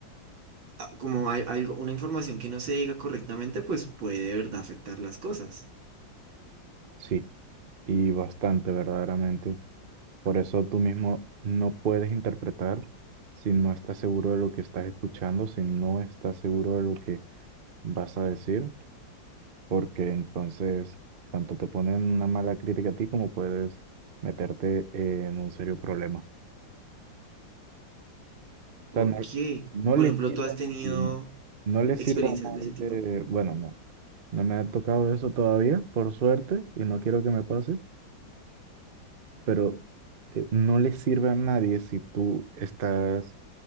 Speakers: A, on the right; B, on the right.
A: ah, como hay algo, una información que no se diga correctamente, pues puede de verdad afectar las cosas.
B: Sí, y bastante verdaderamente. Por eso tú mismo no puedes interpretar si no estás seguro de lo que estás escuchando, si no estás seguro de lo que vas a decir, porque entonces tanto te ponen una mala crítica a ti como puedes meterte en un serio problema. O
A: Ok.
B: sea, no, no
A: Por
B: le
A: ejemplo,
B: sirve
A: ¿tú has tenido
B: mal, no le
A: experiencias
B: sirve mal
A: de ese tipo?
B: de, bueno, no, no me ha tocado eso todavía, por suerte, y no quiero que me pase, pero eh, no le sirve a nadie si tú estás